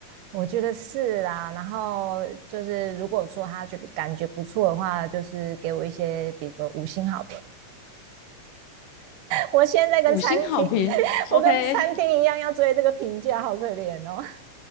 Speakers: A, on the right (about 80°); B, on the left (about 80°).
A: 我觉得是啦，然后就是如果说他觉得感觉不错的话，就是给我一些，比如说五星好评。我现在跟餐厅
B: 五星好评，OK，
A: <laughs>，我跟餐厅一样要追这个评价，好可怜哦。